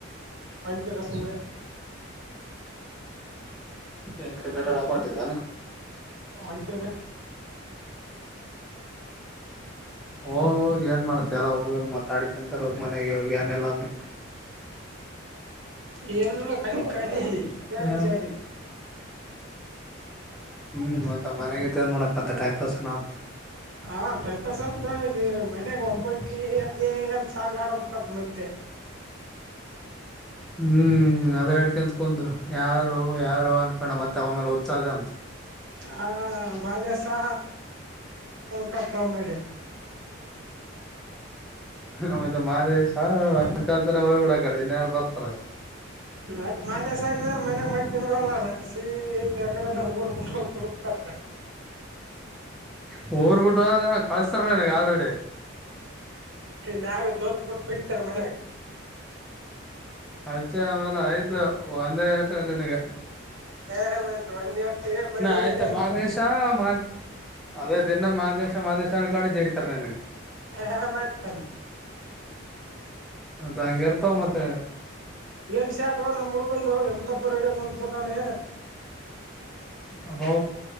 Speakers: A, on the right; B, in the centre.
A: ಪಿಟ ರಸೆ
B: ಏನ್ ಕ್ರಿಕೆಟ್ ಹೇಳಕ್ ಹೊಟ್ಟಿದಾನ
A: ಒಂಟರ
B: ಹೋಗ ಹೋಗಿ ಏನ್ ಮಾಡ್ತ ಎಲ್ಲ ಹುಡುಗರು ಮ ಅಡಿಕಿಂತೋಗ ಮನೆಗೆ ಹೋಗ ಯನ್ನೆಲ್ಲಾಂತ
A: ಏನಲ್ಲ ಕಲಿ ಕಲಿಿ ಜಾಲಿ
B: ಏನ್
A: ಜಾಲಿ
B: ಹ್ಮ್ ಮತ್ತ ಮನೆಗೆೇನ್ ಮಾಡಕತ್ತ ಟೈಮ್ ಪಸ್ನ ಆತ್ತ
A: ಹಾ ಟೈಮ್ ಪಾಸ್ ಆದ್ದ ಇಲ್ಲಿ ಮನ್ಯಾಗ ಒಂದ್ಬಂಟಿ ಅದೇ ಅಂತ ಸಾಂಗ್ ಆಡಬೇಕಾದ ಮತ್ತೆ
B: ಹ್ಮ್ ಅದೇ ಆಡ್ ಂತಕಂದ್ರು ಯಾರು ಯಾರು ಅನ್ಕೊಂಡ ಮತ್ತೆ ಅವ ಮೇಲೆ ಉತ್ಸಾಹ ಅಂತ
A: ಹಾ ಬಾಜೆ ಸಾ ಕಾಪಳ ಮಾಡ <inaudible>
B: ನ ಮತ್ತ ಮಾದೇಶ
A: <inaudible>
B: ಅನ್ಕಂತಾನೆ ಹೋಗ್ಬಿಡ ಕಡೆ ಇನ್ಯಾರು ಬರ್ತಾರ ಅಲ್ಲಿ
A: ಮತ್ತತ್ ಮಾನೆಾಯಜಂದ್ರ ಮನ್ಯಾಗ ಮತ್ತ್ ತಿಂದ್ರಲ್ಲ ನಾನು ಸೀ ಯಕಡೆ ನ ಬ ಬರ ಕ
B: ಹಊರ್ಬಿಟ್ಟು ಅದ ಕಳಸ್ತಾರ ನನಗೆ ಆಲ್ರೆಡಿ
A: ಮಾಗ ಜೋತ್ ಬಿಟ್ಟ ಬಿಡತಾರ ಮನ್ಯಾಗ
B: ಅಷ್ಟೇ ಆಮೇಲೆ ಆಯ್ತು ಒಂದೇ ಎಟ ಗಟಿನಗ
A: ಹ ಮ್ತ್ು ಒಂದಿ ಅ ಮನಿನ್ಗ
B: ಆಯ್ತು
A: ಅಂತಾರ
B: ಮಾದೇಶ ಮಾ ಅದೇ ದಿನ ಮಾದೇಶ ಮಾದೇಶ ಅನ್ಕೊಂಡೆ ಜಡಿತಾರ ನನಗ್
A: ಹಾ ಮಾತಾನ
B: ದಂಗಗೆರ್ತಾವ ಮತ್ತ
A: ಏನ್ ಸ್ಯಾಟ ನಮ್ಮ್ ಮುುಗಂದು ಎಂತ ಪರಿ ರೇಡಿಯ ಕುಂತ್ಬುಟ್ಟಾನ
B: ಅಬೋ